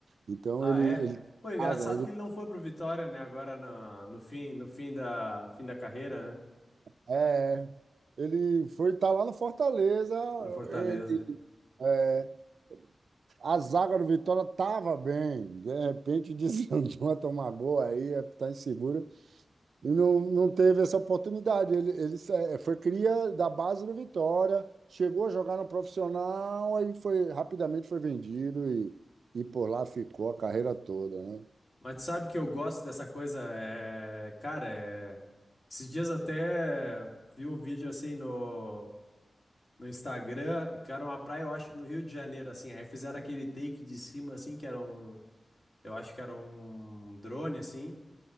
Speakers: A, on the right (about 85°); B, on the left (about 45°).
A: Então
B: Ah,
A: ele
B: é?
A: ele
B: Pô, engraçado
A: ah, ele
B: que ele não foi pro Vitória, né? Agora na- no, fim, no fim da, fim da carreira, né?
A: É, ele foi estar lá no Fortaleza,
B: No Fortaleza.
A: ele é, a zaga do Vitória tava bem. De repente desandou <laughs> a tomar gol aí, tá inseguro. E não, não teve essa oportunidade. Ele, ele sa- eh, foi cria da base do Vitória, chegou a jogar no profissional, aí foi rapidamente foi vendido e, e por lá ficou a carreira toda, né?
B: Mas tu sabe que eu gosto dessa coisa, é, cara, é, esses dias até vi um vídeo assim no, no Instagram, que era uma praia, eu acho, no Rio de Janeiro, assim. Aí fizeram aquele take de cima, assim, que era um, eu acho que era um drone, assim.